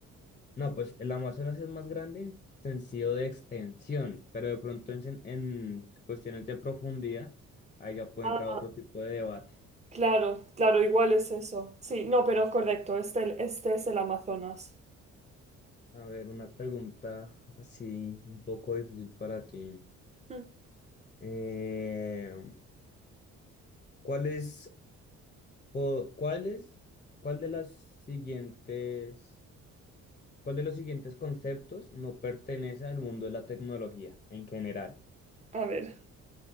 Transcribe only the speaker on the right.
Ah,
Claro, claro, igual es eso. Sí, no, pero correcto, este, este es el Amazonas.
Mm.
A ver.